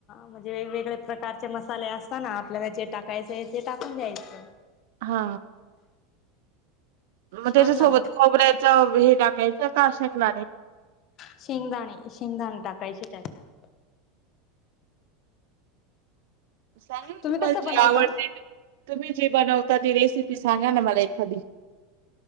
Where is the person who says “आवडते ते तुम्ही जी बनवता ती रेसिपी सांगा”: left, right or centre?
Right